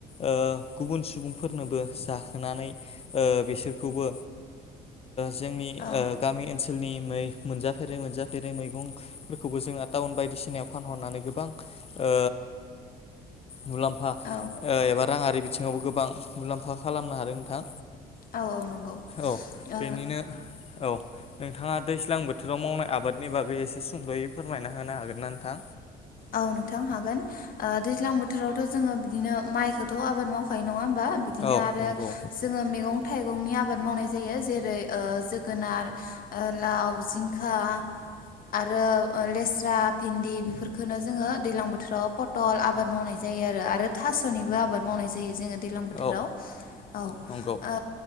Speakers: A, on the left (about 35°); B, on the left (about 55°).
A: ओ गुबुन सुबुंफोर। नोबो जाखोनानै बिसोरखौबो। जोंनि
B: औ
A: ओ गामि ओनसोलनि। मोनजाफेरै मोनजाफेरै मैगंफोरखौबो जों टाउन बायदिसिनायाव फानहरनानै गोबां ओ मुलाम्फा
B: औ
A: ओ एबा रां आरि बिथिङावबो गोबां। मुलाम्फा खालामनो हादों नोंथां।
B: औ नंगौ
A: औ
B: ओ
A: बेनिनो औ नोंथाङा दैज्लां बोथोराव मावनाय आबाद। बादनि बागै एसे सुंद'यै फोरमायना होनो हागोन ना नोंथां
B: औ नोंथां हागोन ओ दैज्लां बोथोरावथ' जोङो बिदिनो माइखौथ' आबाद मावखायो बिदिनो
A: औ
B: आरो
A: नंगौ
B: जोङो मैगं थाइगंनि आबाद मावनाय जायो जेरै ओ जोगोनार ओ लाव जिंखा आरो लेस्रा भिन्दि बेफोरखौ खौनो जोङो दैलां बोथोराव पथल आबाद मावनाय जायो आरो आरो थास'निबो आबाद मावनाय जायो जोङो दैलां बोथोराव
A: औ
B: औ ओ
A: नंगौ